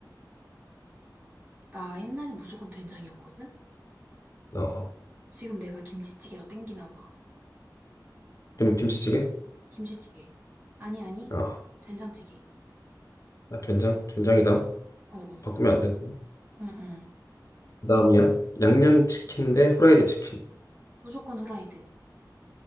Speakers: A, on the right; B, on the left.
A: 나 옛날에 무조건 된장이었거든?
B: 어. 어.
A: 지금 내가 김치찌개가 땡기나 봐.
B: 김, 김치찌개?
A: 김치찌개. 아니, 아니.
B: 아,
A: 된장찌개.
B: 아, 된장? 된장이다.
A: 어, 어.
B: 바꾸면 안 되고.
A: 응, 응.
B: 그 다음이야. 양념치킨 대 후라이드 치킨.
A: 무조건 후라이드.